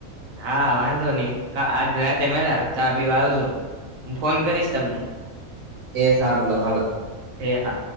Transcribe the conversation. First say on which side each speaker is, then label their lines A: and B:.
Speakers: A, on the right (about 90°); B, on the right (about 45°).
A: હા વાંધો નહી આજ રાતે મળ્યા ચા પીવા આવજો હું ફોન કરીશ તમને.
B: એ સારું લ હ છે.
A: એ હા